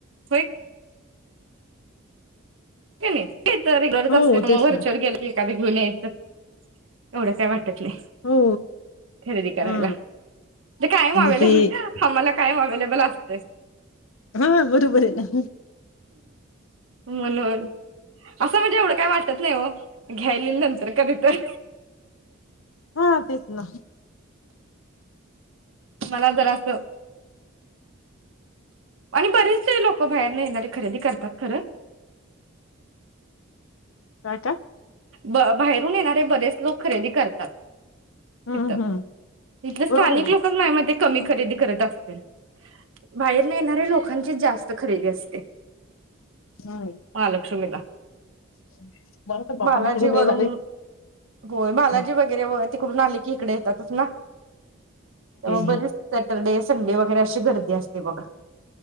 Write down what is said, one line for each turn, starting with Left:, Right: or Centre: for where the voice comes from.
Right: व्हय कनई? <unintelligible> वरच्यावर
Left: हो तेच ना
Right: गेलं की. <unintelligible> घेऊन यायचं एवढं काय वाट वाटत नाही
Left: हो
Right: खरेदी करायला.
Left: हा
Right: ते कायम
Left: आणि
Right: अवेलेबल
Left: ते
Right: आम्हाला कायम अवेलेबल असतंय.
Left: हा, बरोबर आहे ना.
Right: म्हणून. असं म्हणजे एवढं काय वाटत नाही हो. घ्यायली नंतर कधीतर
Left: हा तेच ना <inaudible>
Right: मला जरास आणि बरेचसे लोक बाहेर न येणारे खरेदी करतात खरं
Left: <unintelligible>
Right: ब बाहेरून येणारे बरेच लोक खरेदी करतात.
Left: हम्म
Right: तिथ
Left: हम्म
Right: तिथल स्थानिक
Left: बरोबर आहे ना
Right: लोकच माया मते कमी खरेदी करत असतील बाहेरन येणाऱ्या लोकांचे जास्त त खरीेद्या अस ते
Left: हम्म
Right: महालक्ष्मीला
Left: <inaudible>
Right: बालाजी
Left: बाहेरून
Right: वरून
Left: येणार आहेत
Right: होय बालाजी
Left: हो
Right: वगैरे तिकडून आले की इकडे येतातच ना त्यामुळं बरीच
Left: हो
Right: सॅटरडे संडे वगैरे अशी गर्दी असते बघा